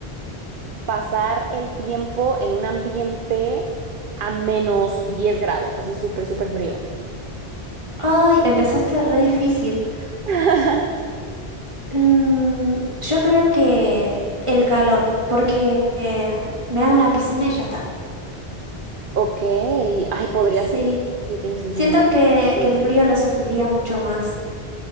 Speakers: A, on the right (about 55°); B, on the right (about 30°).
A: pasar el tiempo en un ambiente a menos 10 grados, así súper, súper frío.
B: Ay, empezaste re difícil.
A: <laughs>
B: Mm, yo creo que el calor, porque eh, me hago una piscina y ya está.
A: Ok, ay, podría
B: Sí.
A: ser. Sí, tiene sentido.
B: Siento que,
A: Bien.
B: que el frío lo sufriría mucho más.